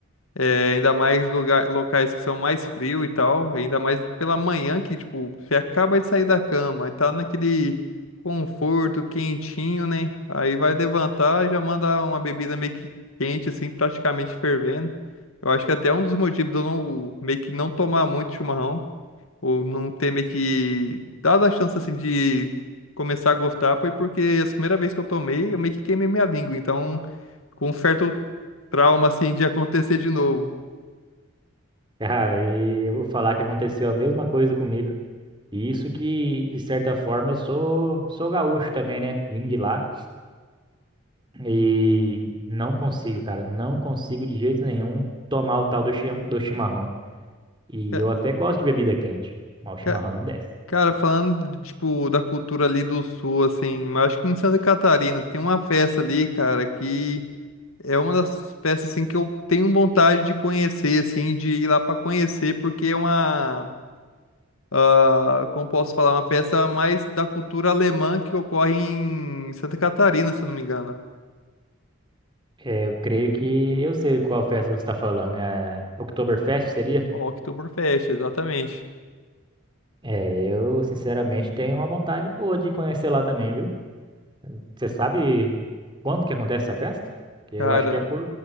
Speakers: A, on the left; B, on the right.
A: É, ainda mais lugar, locais que são mais frio e tal, ainda mais pela manhã que, tipo, você acaba de sair da cama e tá naquele conforto, quentinho, né? Aí vai levantar e já manda uma bebida meio que quente, assim, praticamente fervendo. Eu acho que até é um dos motivos de eu não, meio que não tomar muito chimarrão, ou não ter meio que dado a chance, assim, de começar a gostar, foi porque a primeira vez que eu tomei, eu meio que queimei minha língua, então, com um certo trauma, assim, de acontecer de novo.
B: Cara, e eu vou falar que aconteceu a mesma coisa comigo. E isso que, de certa forma, eu sou, sou gaúcho também, né? Vim de lá. E não consigo, cara. Não consigo de jeito nenhum tomar o tal do, chi- do chimarrão. E
A: Ca-
B: eu até gosto de bebida quente, mas o chimarrão
A: ca-
B: não desce.
A: Cara, falando, de, tipo, da cultura ali do sul, assim, mas acho que em Santa Catarina tem uma festa ali, cara, que é uma das festas, assim, que eu tenho vontade de conhecer, assim, de ir lá pra conhecer, porque é uma, ah, como posso falar, uma festa mais da cultura alemã que ocorre em Santa Catarina, se eu não me engano.
B: É, eu creio que eu sei qual festa você está falando. É Oktoberfest, seria?
A: Oktoberfest, exatamente.
B: É, eu sinceramente tenho uma vontade boa de conhecer lá também, viu? Você sabe quando que acontece essa festa? Que eu
A: Cara,
B: acho que é por